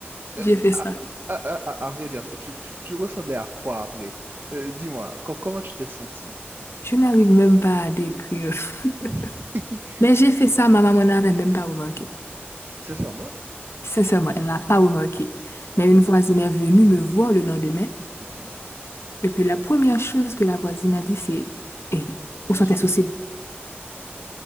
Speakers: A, on the right; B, on the left.
A: Euh,
B: j'ai fait
A: à,
B: ça.
A: à- à- à- vrai dire, tu, tu- tu ressemblais à quoi après? Euh, dis-moi, co- comment tu t'es senti?
B: Je n'arrive même pas à décrire. <laughs>
A: <laughs>
B: Mais j'ai fait ça, ma maman n'avait même pas remarqué.
A: Sincèrement?
B: Sincèrement,
A: Ok,
B: elle n'a pas remarqué.
A: ok,
B: Mais une voisine est venue me voir le lendemain.
A: ok.
B: Et puis la première chose que la voisine a dit, c'est, Eh, où sont
A: On sentait...
B: tes sourcils?